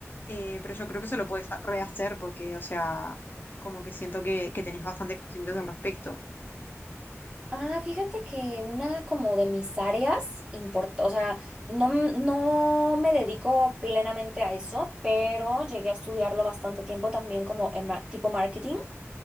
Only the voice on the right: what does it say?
Ah, fíjate que una como de mis áreas importa, o sea, no, m- no me dedico plenamente a eso, pero llegué a estudiarlo bastante tiempo también como en ma- tipo marketing.